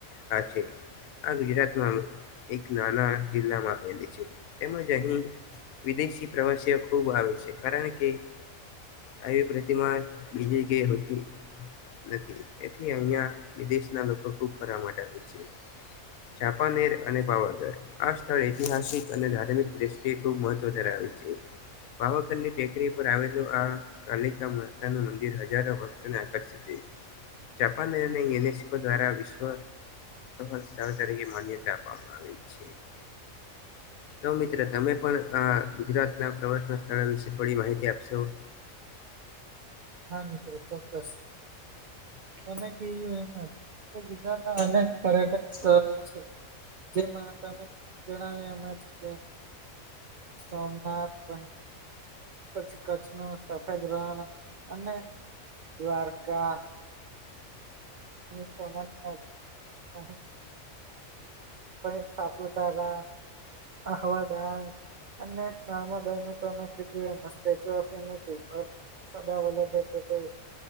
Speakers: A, on the left (about 85°); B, on the right (about 80°).
A: હ છે આ ગુજરાતમાં એક નાના જિલ્લામાં આપલી છે. તેમજ અહીં વિદેશી પ્રવાસીઓ ખુબ આવે છે કારણ કે આવી પ્રતિમા બીજી કેતી નથી તેથી અહિયાં વિદેશના લોકો ખૂબ ફરા માટે આવે છે. ચાપાનેર અને પાવાગઢ આ સ્થળ ઐતિહાસિક અને ધાર્મિક દ એ ખુબ મહત્વ ધરાવે છે. પાવાગઢની ટેકરી પર આવેલું આ કાલિકા માતા ન મંદિર હજારો ભક્તોને આકર્ષિત જાપાન અને યુનેસ્કો દ્વારા વિશ્વ સ્થળ તરીકે માન્યતા આપવામાં આવે છે.
B: <inaudible>
A: તો મિત્ર તમે પણ આ ગુજરાતના પ્રવાસના સ્થળો વિશે થોડી માહિતી આપશો.
B: હા મિત્રો ચોક્કસ. તમે કું એમાં ગુજરાતના અનેક પર્યટન સ્થળ છે. જેમાં તમે જણાવ્યું એમ કે સોમનાથ પ પછી, કચ્છ ન સફેદ રણ અને દ્વારકા એ સોનાની નગરી છે. પછી સાપુતારા, આહવા ડેન્ગ્યુ અને નર્મદાનું તમે કીધું એ statue of unity Sardar Vallabhbhai